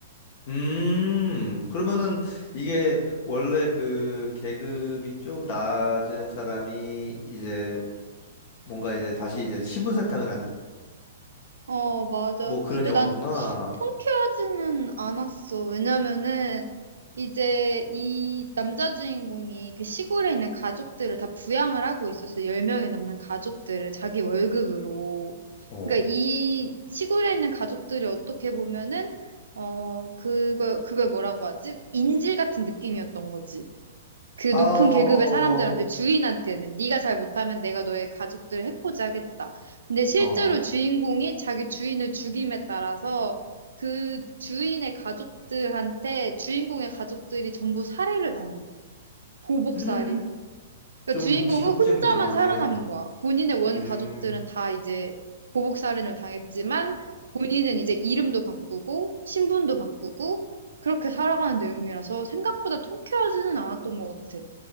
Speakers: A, on the left (about 55°); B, on the right (about 90°).
A: 음, 그러면은 이게 원래 그 계급이 좀 낮은 사람이 이제 뭔가 이제 다시 이제 신분 세탁을 하는
B: 어, 맞아.
A: 뭐 그런
B: 근데
A: 영화구나.
B: 난 통쾌하지는 않았어. 왜냐면은 이제 이 남자 주인공이 그 시골에 있는 가족들을 다 부양을 하고 있었어. 1열명이 넘는 가족들을 자기 월급으로.
A: 어.
B: 그러니까 이 시골에 있는 가족들이 어떻게 보면은 어, 그걸 그걸 뭐라고 하지? 인질 같은 느낌이었던 거지. 그 높은
A: 아,
B: 계급의
A: 어,
B: 사람들한테 주인한테는 네가 잘 못하면 내가 너의 가족들을 해코지 하겠다. 근데 실제로
A: 어. 어.
B: 주인공이 자기 주인을 죽임에 따라서 그 주인의 가족들한테 주인공의 가족들이 전부 살해를 당해. 보복살이.
A: <gasps>
B: 그러니까
A: 좀
B: 주인공은
A: 비극적인
B: 혼자만
A: 영화네.
B: 살아남은 거야. 본인의 원
A: 음,
B: 가족들은 다 이제 보복살인을 당했지만 본인은 이제 이름도 바꾸고 신분도 바꾸고 그렇게 살아가는 내용이라서 생각보다 통쾌하지는 않았던 것 같아.